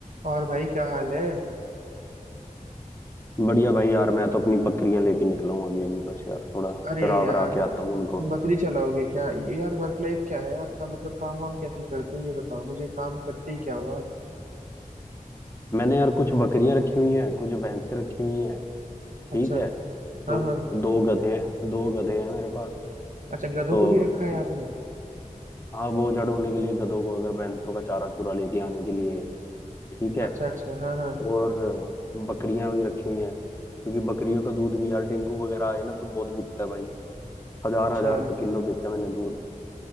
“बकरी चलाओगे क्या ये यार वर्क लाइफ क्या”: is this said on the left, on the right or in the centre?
Right